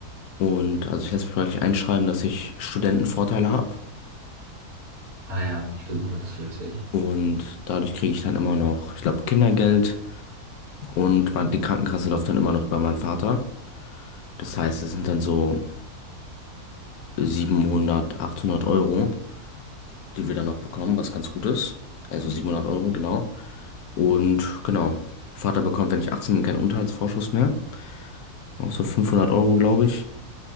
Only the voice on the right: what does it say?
Ah ja, stimmt, hattest du letztlich